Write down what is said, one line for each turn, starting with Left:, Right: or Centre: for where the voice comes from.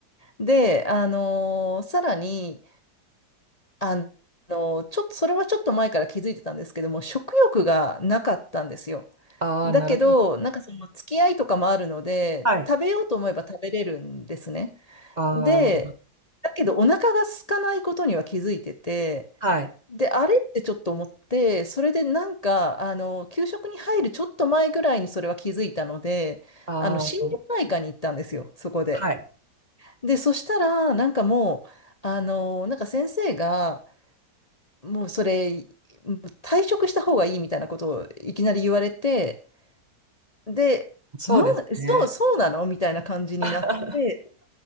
Left: で、あのーさらに、あのーちょっと、それはちょっと前から気づいてたんですけども、食欲がなかったんですよ。
Right: ああ、
Left: だけど、
Right: なるほど。
Left: なんかその付き合いとかもあるので、
Right: はい。
Left: 食べようと思えば食べれるんですね。
Right: ああ、
Left: で、だけどお腹が空かないことには気づいてて、
Right: はい。
Left: で、あれってちょっと思って、それでなんか、あの、給食に入るちょっと前ぐらいにそれは気づいたので、
Right: ああ、
Left: あの、心療内科に行ったんですよ、そこで。
Right: はい。
Left: で、そしたら、なんかもう、あの、なんか先生が、もうそれ、退職した方がいいみたいなことをいきなり言われて、で、
Right: そうですね。
Left: うんそう、そうなのみたいな感じになって、
Right: <laughs>